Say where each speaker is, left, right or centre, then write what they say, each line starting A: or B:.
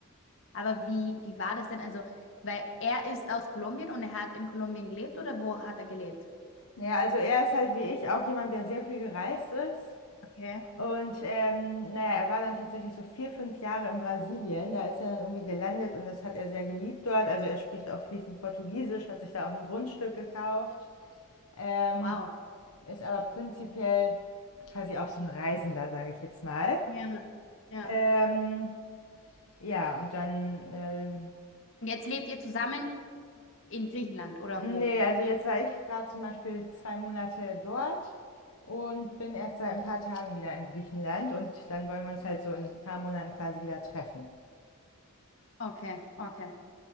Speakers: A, on the left; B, on the left.
A: Aber wie, wie war das denn? Also, weil er ist aus Kolumbien und er hat in Kolumbien gelebt oder wo hat er gelebt?
B: Naja, also er ist halt wie ich auch jemand, der sehr viel gereist ist.
A: Okay.
B: Und ähm, naja, er war dann tatsächlich so vier, fünf Jahre in Brasilien. Da ist er dann irgendwie gelandet und das hat er sehr geliebt dort. Also er spricht auch fließend Portugiesisch, hat sich da auch ein Grundstück gekauft, ähm,
A: Wow.
B: ist aber prinzipiell quasi auch so ein Reisender, sage ich jetzt mal.
A: Ja, ja.
B: Ähm, ja, und dann, äh,
A: Und jetzt lebt ihr zusammen in Griechenland oder
B: nee,
A: wo?
B: also jetzt war ich gerade zum Beispiel zwei Monate dort und bin erst seit ein paar Tagen wieder in Griechenland und dann wollen wir uns halt so in ein paar Monaten quasi wieder treffen.
A: Okay, okay,